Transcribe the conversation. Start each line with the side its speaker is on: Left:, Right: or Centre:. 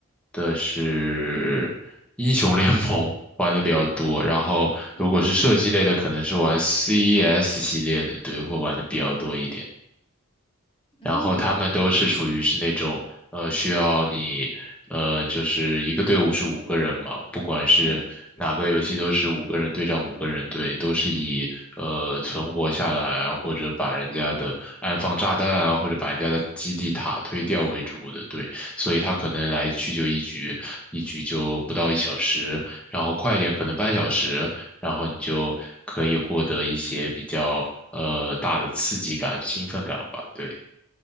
Centre: 的是英雄联盟玩的比较多，然后如果是射击类的，
Left: 嗯
Centre: 可能是玩 CS 系列的，对，会玩的比较多一点。
Left: 嗯
Centre: 然后他们都是属于是那种呃需要你呃就是一个队伍是五个人嘛，不管是哪个游戏都是五个人对战五个人队，
Left: 嗯。
Centre: 都是以呃存活下来啊，或者把人家的安放炸弹啊，或者把人家的基地塔推掉为主的队，所以他可能来去就一局，一局就不到一小时，然后快一点可能半小时，然后你就可以获得一些比较。呃，大的刺激感、兴奋感吧，对。